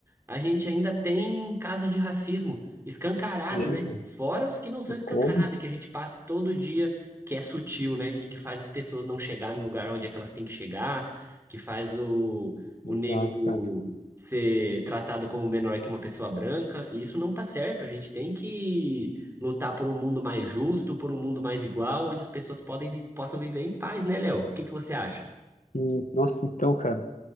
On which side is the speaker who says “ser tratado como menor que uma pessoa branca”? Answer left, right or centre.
Right